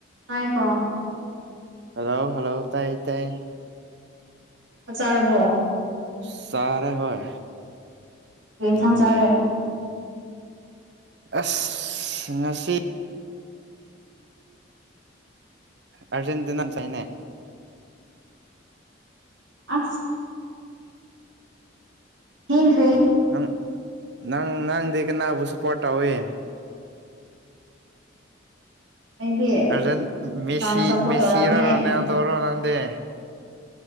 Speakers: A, on the right; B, on the right.
A: ꯇꯥꯏ ꯀꯣ
B: ꯑꯂꯣ ꯍꯂꯣ ꯇꯥꯏ ꯇꯥꯏ
A: ꯆꯥꯔꯝꯕꯣ
B: ꯆꯥꯦ ꯍꯣꯏ
A: ꯀꯔꯤ ꯌꯦꯟꯁꯥꯡ
B: ꯅꯪꯗꯤ
A: ꯆꯥꯔꯦ
B: ꯑꯁ ꯉꯁꯤ ꯑꯔꯖꯦꯟꯇꯤꯅꯥꯅ ꯆꯥꯏꯅꯦ
A: ꯑꯁ ꯍꯤꯡꯔꯤ
B: ꯅꯪ ꯅꯪ ꯅꯪꯗꯤ ꯀꯅꯥꯕꯨ ꯁꯄꯣꯔꯠ ꯇꯧꯏ
A: ꯑꯩꯗꯤ
B: ꯑꯗꯨꯁꯤ
A: ꯐ꯭ꯔꯥꯟꯁ ꯁꯞꯄꯣꯔꯠ
B: ꯃꯦꯁꯤꯔꯔꯣꯅꯦꯗꯧꯔꯣꯅ
A: ꯇꯧꯔꯝꯃꯦ
B: ꯗꯦ